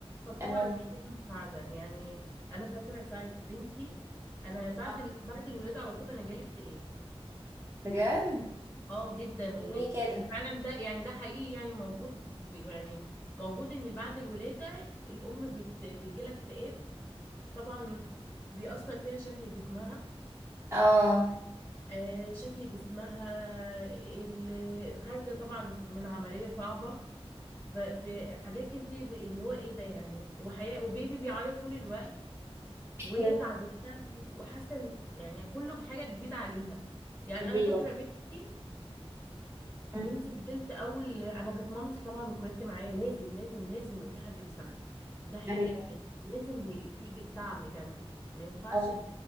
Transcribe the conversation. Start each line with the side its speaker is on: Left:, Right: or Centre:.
Left: فطبعا
Right: اه
Left: محتاجه مساعده يعني انا فاكره ساعه بنتي انا بعد
Right: اه
Left: ال... بعد الولاده على طول انا جالي اكتئاب
Right: بجد
Left: اه جدا
Right: ليه
Left: و...
Right: كده
Left: وفعلا ده يعني ده حقيقي يعني موجود يعني موجود ان بعد الولادة الام بت... بيجي لها اكتئاب طبعا بيأثر فيها شكل جسمها
Right: اه
Left: آه شكل جسمها ال- الخارجة طبعا من عملية صعبة ففي حاجات كتير اللي هو ايه ده يعني وحياة وبيبي بيعيط طول الوقت وهي
Right: ايوه
Left: تعبتنا وحاسة إن- يعني كله حاجة جديدة عليها يعني انا
Right: ايوه
Left: فاكرة بنتي
Right: أمم،
Left: بنتي فضلت اول انا كانت مامتي طبعا واخواتي معايا لازم لازم لازم يبقى في حد بيساعدك ده حاجه
Right: ايوه
Left: لازم يبقى في دعم جنبك ما ينفعش
Right: اه